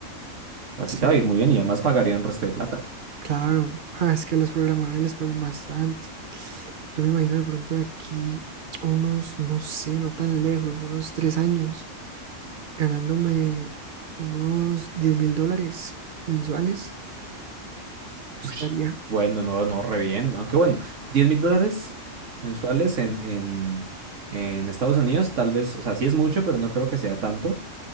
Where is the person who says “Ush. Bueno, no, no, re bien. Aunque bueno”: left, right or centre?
Right